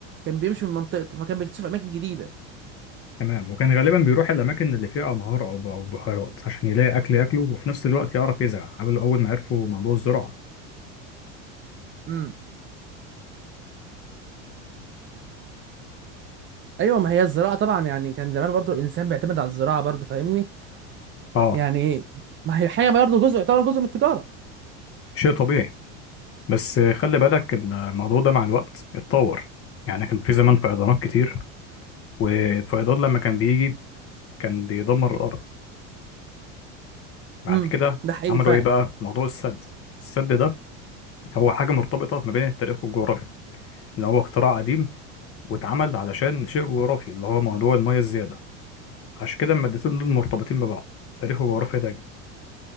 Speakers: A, on the right; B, on the left.
A: كان بيمشي من منطقته فكان بيكتشف اماكن جديده
B: تمام وكان غالبا بيروح الاماكن اللي فيها انهار او او بحيرات عشان يلاقي اكل ياكله وفي نفس الوقت يعرف يزرع قبل اول ما عرفوا موضوع الزراعة
A: امم ايوه ما هي الزراعه طبعا يعني كان زمان برضو الانسان بيعتمد على الزراعه برضو فاهمني
B: اه
A: يعني ما هي حاجه برضو جزء يعتبر جزء من التجاره
B: شيء طبيعي بس خلي بالك الموضوع ده مع الوقت اتطور يعني كان في زمان فيضانات كتير والفيضان لما كان بيجي كان بيدمر الأرض بعد
A: امم
B: كده
A: ده حقيقي
B: عملوا
A: فعلا
B: إيه بقى؟ موضوع السد السد ده هو حاجة مرتبطة ما بين التاريخ والجغرافيا اللي هو اختراع قديم واتعمل علشان شيء جغرافي اللي هو موضوع المية الزيادة عشان كده المادتين دول مرتبطين ببعض تاريخ وجغرافيا دايما